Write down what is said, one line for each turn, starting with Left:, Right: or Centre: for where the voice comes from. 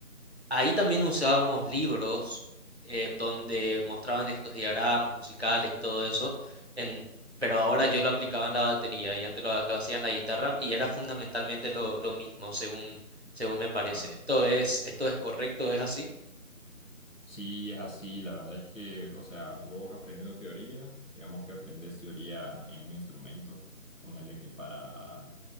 Right: Ahí también usábamos libros en donde mostraban estos diagramas musicales y todo eso, en- pero ahora yo lo aplicaba en la batería y antes lo, lo hacía en la guitarra y era fundamentalmente lo, lo mismo, según, según me parece.
Left: claro.
Right: ¿Esto es, esto es correcto? ¿Es así?
Left: Sí, es así, la verdad es que, o sea, vos aprendiendo teoría, digamos que aprendes teoría en un instrumento, ponerle que para,